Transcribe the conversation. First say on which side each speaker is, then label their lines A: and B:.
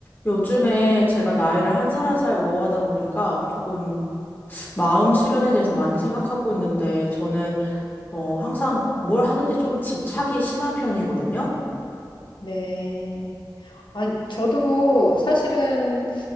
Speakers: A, on the left; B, on the left.
A: 요즘에 제가 나이를 한 살 한 살 먹어가다 보니까 조금 마음 수련에 대해서 많이 생각하고 있는데 저는 어 항상 뭘 하든지 조금 집착이 심한 편이거든요.
B: 네. 아, 저도 사실은